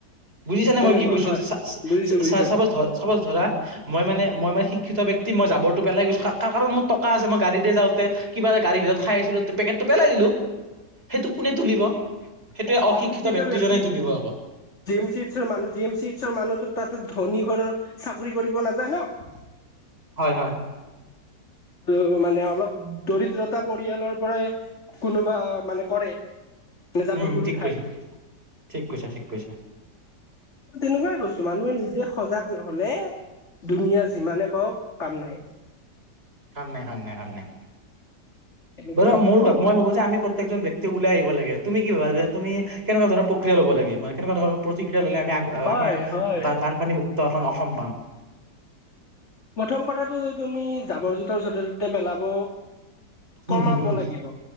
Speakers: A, on the right; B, on the left.
A: বুজিছানে
B: তেনেকুৱা
A: মই কি কৈছোঁ?
B: হয়
A: চা
B: বুজিছো বুজিছো
A: চা- চাপজ ধ চাপজ ধৰা মই মানে মই মানে শিক্ষিত ব্যক্তি মই জাৱৰটো পেলাই গৈছোঁ কা কা কাৰণ মোৰ টকা আছে। মই গাড়ীৰে যাওঁতে কিবা এটা গাড়ীৰ ভিতৰত খাই আছিলোঁ ত' পেকেটটো পেলাই দিলোঁ। সেইটো কোনে তুলিব? সেইটোৱে
B: অ', অশিক্ষিত
A: ব্যক্তিজনে
B: ব্যক্তি।
A: তুলিব আকৌ
B: জি এম চি এইচৰ মানুহ জি এম চি এইচৰ মানুহতোঁ তাতে ধনী ঘৰৰ চাকৰি কৰিব নাযায় ন।
A: হয় হয়।
B: <unintelligible> মানে অলপ দৰিদ্ৰতা পৰিয়ালৰ পৰাই কোনোবাঁ মানে কৰে। জাবৰবোৰ
A: উম, ঠিক
B: উঠাই
A: কৈছা। ঠিক কৈছা ঠিক কৈছা।
B: তেনেকুৱাই বস্তু মানুহে নিজে সজাগ নহ'লে দুুনীয়া যিমানে কওঁক কাম নাই।
A: কাম নাই কাম নাই কাম নাই।
B: তেনেকুৱাই
A: <unintelligible> মোৰ ভাব মই ভাবোঁ যে আমি প্ৰত্যেকজন ব্যক তেওঁ ওলাই আহিব লাগে। তুমি কি ভাবা যে তুমি কেনেকুৱা ধৰণ প্ৰক্ৰিয়া ল'ব লাগে মানে কেনেকুৱা ধৰণৰ প্ৰতিক্ৰিয়া ল'লে আমি আগ অ',
B: হয়
A: আমাৰ
B: হয়
A: বা বানপানী মুুক্ত এখন অসম পাম।
B: প্ৰথম কথাটো যে তুমি জাবৰ জোঁথৰ য'তে ত'তে পেলাব
A: হম
B: কমাব
A: হম
B: লাগিব।